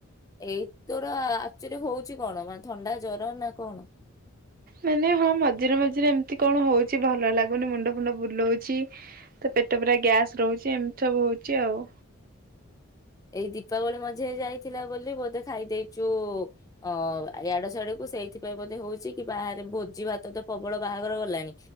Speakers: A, on the left (about 15°); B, on the right (about 40°).
A: ଏଇ ତୋର ଆକଚୁଆଲି ହଉଛି କଣ ମାନେ ଥଣ୍ଡା ଜର ନା କଣ?
B: ମାନେ ହଁ ମଝିରେ ମଝିରେ ଏମିତି କଣ ହଉଛି ଭଲ ଲାଗୁନି ମୁଣ୍ଡ ଫୁଣ୍ଡ ବୁଲଉଛି ତ ପେଟ ପୁରରା ଗ୍ୟାସ ରହୁଛି ଏମିତି ସବୁ ହଉଛି ଆଉ।
A: ଏଇ ଦୀପାବଳି ମଝିରେ ଯାଇଥିଲା ବୋଲି ବୋଧେ ଖାଇ ଦେଇଛୁ ଅ ଇଆଡୁ ସିଆଡୁ ସେଇଥିପାଇଁ ବୋଧେ ହଉଛି କି ବାହାରେ ଭୋଜି ଭାତ ତ ପ୍ରବଳ ବାହାଘର ଗଲାଣି।